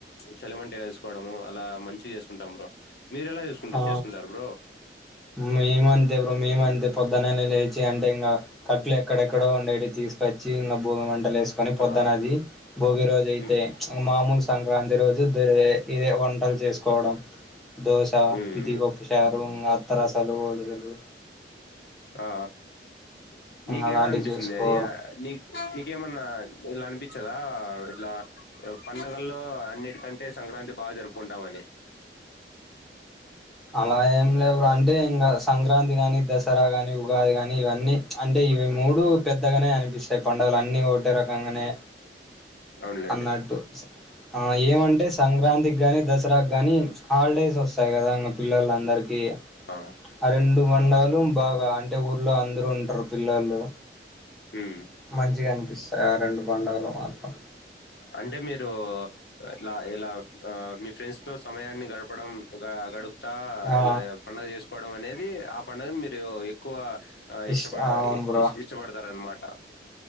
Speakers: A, on the left; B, in the centre.
A: చలమంట వేసుకోవడము అలా మంచి చేసుకుంటాం బ్రో మీరు ఎలా చేసుకుంటారు
B: ఆ
A: చేసుకుంటారు బ్రో
B: మేమంతే ఇప్పుడు మేము అంతే పొద్న లేచి అంటే ఇంకా కట్లు ఎక్కడెక్కడో ఉండేవి తీసుకొచ్చి ఇంకా భోగ అంట బట్టలు వేసుకొని పొద్దునది
A: ఆ
B: భోగి రోజు అయితే
A: ఉమ్
B: మామూలు సంక్రాంతి రోజు ద ఇదే వంటలు చేసుకోవడం దోశ
A: ఉమ్
B: పిదిపప్పు చారు తరాశాలు లుగలు
A: ఆ నీకు
B: అలాంటివి
A: ఎలా అనిపిస్తుంది
B: చేసుకోవడం
A: అది నీ నీకేమన్నా ఇట్లా అనిపించదా ఇట్లా పండుగల్లో అన్నిటికంటే సంక్రాంతి బాగా జరుపుకుంటామ అని
B: అలా ఏం లేవురు అంటే ఇంకా సంక్రాంతి కాగాని దశ సరా గాని ఉగాది గాని ఇవన్నీ అంటే ఇవి మూడు పెద్దగానే అనిపి స పండుగ అన్నీ ఓటిరక అనే
A: అవునులేండి
B: అన్నట్టు ఆ ఏమంటే సంక్రాంతి గానీ దసరా గానీ హాలిడేస్ వస్తాయి కదా ఇంకా పిల్లలందరికీ
A: ఆ
B: ఆ రెండు వడాలు బాగా అంటే ఊర్లో అందరుూ ఉంటారు పిల్లలు
A: ఉమ్
B: మంచిగా అనిపిస్తాయి ఆ రెండు పడుగలు మాత్రం
A: అంటే మీరు ఇట్లా ఇలా ఆ మీ ఫ్రెండ్స్ తో సమయాన్ని గడపడం గడుపు త్త
B: ఆ
A: ఇలా పండుగ చేసుకోవడం అనేది ఆ పడుగ మీరు ఎక్కువ ఆ
B: ఇష్
A: ఇష్టపడ
B: అవును
A: ఇ
B: బ్రో
A: ఇష్టపడతార అన్మాట